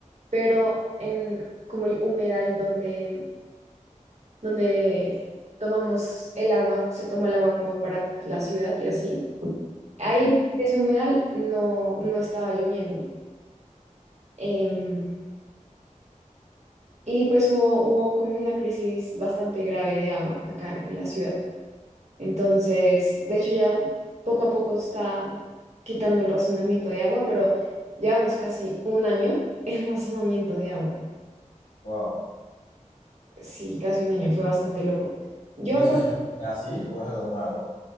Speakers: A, on the right; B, on the left.
A: pero en como el humedal donde, donde tomamos el agua, se toma el agua como para la ciudad y así, ahí
B: Sí.
A: ese humedal no, no estaba lloviendo. em, Y pues hubo, hubo como una crisis bastante grave de agua acá en la ciudad. Entonces, de hecho ya poco a poco está quitando el razonamiento de agua, pero llevamos casi un año en <laughs> razonamiento de agua.
B: Wow.
A: Sí, casi un año, fue bastante loco. Yo
B: ¿Y eso
A: por...
B: siempre fue así o es algo nuevo?